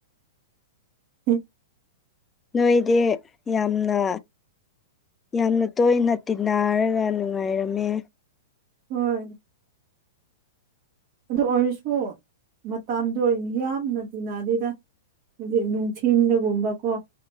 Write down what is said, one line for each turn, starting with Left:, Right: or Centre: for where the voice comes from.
Right: ꯎꯝ
Left: ꯅꯣꯏꯗꯤ ꯌꯥꯝꯅ ꯌꯥꯝꯅ ꯇꯣꯏ ꯅꯥ ꯇꯤꯟꯅꯅꯥꯔꯒ ꯅꯨꯡꯉꯥꯏꯔꯝꯃꯦ
Right: ꯍꯣꯏ ꯑꯗꯨ ꯑꯣꯏꯔꯁꯨ ꯃꯇꯝꯗꯣ ꯌꯥꯝꯅ ꯇꯤꯟꯅꯑ ꯑꯗꯨꯏꯗ ꯍꯧꯖꯤꯛ ꯅꯨꯡꯊꯤꯜꯗꯒꯨꯝꯕꯀꯣ